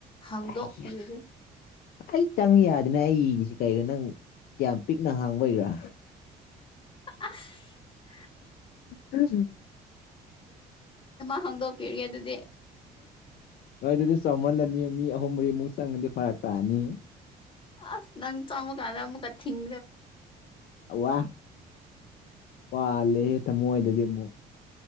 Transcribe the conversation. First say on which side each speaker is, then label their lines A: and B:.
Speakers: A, on the left; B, on the left.
A: ꯍꯥꯡꯗꯣꯛꯄꯤꯔꯒꯦ
B: ꯑꯩꯌꯥ ꯑꯩ ꯆꯪ ꯌꯥꯗꯅ ꯑꯩꯁ ꯀꯩꯣ ꯅꯪ ꯀꯌꯥꯝ ꯄꯤꯛꯅ ꯍꯥꯡꯕꯩꯒꯔꯥ
A: ꯑ <unintelligible>
B: ꯎꯝ
A: ꯍꯥꯡꯗꯣꯛꯄꯤꯔꯤꯒꯦ ꯑꯗꯨꯗꯤ
B: ꯅꯣꯏ ꯑꯗꯨꯗꯤ ꯆꯥꯎꯃꯜꯂꯅꯤ ꯃꯤ ꯑꯍꯨꯝ ꯃꯔꯤꯃꯨꯛ ꯆꯪꯉꯗꯤ ꯐꯔꯛ ꯇꯥꯑꯅꯤ
A: ꯑꯁ ꯅꯪ ꯆꯣꯡꯛ ꯑꯗꯃ ꯀ ꯊꯤꯡ
B: ꯋꯥ ꯋꯥꯂꯦꯍꯦ ꯊꯃꯣ ꯍꯣꯏꯗꯗꯤ ꯑꯃꯨꯛ